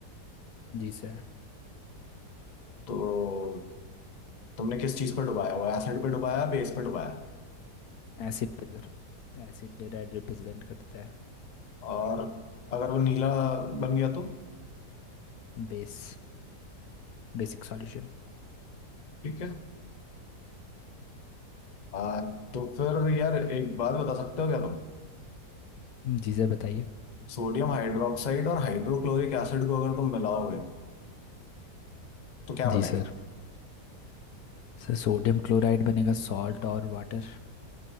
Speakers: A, on the left (about 70°); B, on the left (about 35°).
A: जी सर
B: तो तुमने किस चीज पर डुबाया वो एसिड पे डुबाया बेस पे डुबाया
A: एसिड पे सर एसिड रेड रिप्रेजेंट करता है
B: और अगर वो नीला बन गया तो
A: Base basic solution
B: ठीक है आ, तो फिर यार एक बात बता सकते हो क्या तुम
A: जी सर बताइए
B: सोडियम हाइड्रोक्साइड और हाइड्रोक्लोरिक एसिड को अगर तुम मिलाओगे तो क्या बनेगा
A: जी सर सर सोडियम क्लोराइड बनेगा सॉल्ट और वाटर